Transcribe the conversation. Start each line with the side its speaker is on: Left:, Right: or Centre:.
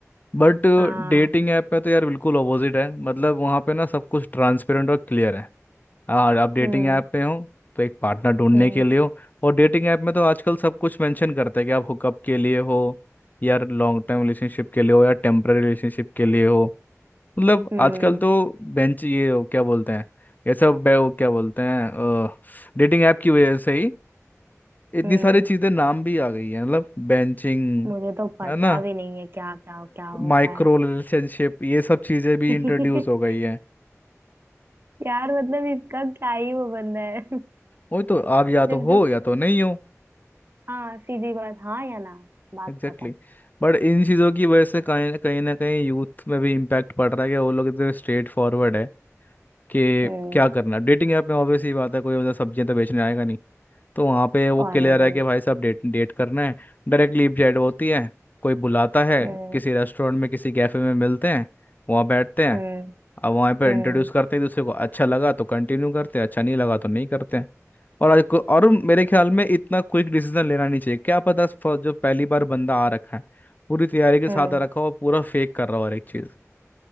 Left: बट
Right: हाँ
Left: डेटिंग ऐप में तो यार बिल्कुल अपोजिट है मतलब वहाँ पे ना सब कुछ ट्रांसपेरेंट और क्लियर है और आप डेटिंग
Right: हम्म
Left: ऐप पे हो तो एक पार्टनर ढूंढने
Right: हम्म
Left: के लिए हो और डेटिंग ऐप में तो आजकल सब कुछ मेंशन करते हैं कि आप हुकअप के लिए हो या लॉन्ग टर्म रिलेशनशिप के लिए हो या टेम्पररी रिलेशनशिप के लिए हो मतलब
Right: हम्म
Left: आजकल तो बेंच ये हो क्या बोलते हैं ये सब बे- वो क्या बोलते हैं डेटिंग ऐप की वजह से ही इतनी
Right: हम्म
Left: सारी चीज़ें नाम भी आ गई हैं मतलब बेंचिंग
Right: मुझे तो पता
Left: है ना
Right: भी नहीं है क्या क्या क्या होता
Left: माइक्रो
Right: है
Left: रिलेशनशिप ये सब चीज़ें भी
Right: <laughs>
Left: इंट्रोड्यूस हो गई हैं
Right: यार मतलब इसका क्या ही वो बंदा है <laughs>
Left: वो तो आप या
Right: दिल
Left: तो
Right: तुमको
Left: हो या तो नहीं हो
Right: हाँ सीधी बात हाँ या ना बात
Left: Exactly
Right: खत्म
Left: exactly. बट इन चीज़ों की वजह से कहीं ना कहीं ना कहीं यूथ में भी इम्पैक्ट पड़ रहा है कि वो लोग इतने स्ट्रेट फॉरवर्ड है कि
Right: हम्म
Left: क्या करना डेटिंग ऐप में ऑब्वियस ही बात है कोई मतलब सब्जियां तो बेचने आएगा नहीं तो वहाँ पे वो
Right: और
Left: क्लियर
Right: नहीं तो
Left: है कि भाई साहब डेट डेट करना है डायरेक्टली चैट होती है कोई बुलाता है
Right: क्या। हम्म
Left: किसी रेस्टोरेंट में किसी कैफे में मिलते हैं वहाँ बैठते हैं
Right: हम्म
Left: अब वहाँ पे
Right: हम्म
Left: इंट्रोड्यूस करते हैं दूसरे को अच्छा लगा तो कंटिन्यू करते हैं अच्छा नहीं लगा तो नहीं करते हैं। और आज को- और मेरे ख्याल में इतना क्विक डिसीजन लेना नहीं चाहिए क्या पता फ- जो पहली बार बंदा आ रखा है पूरी तैयारी के
Right: हम्म
Left: साथ आ रखा हो और पूरा फेक कर रहा हो हर एक चीज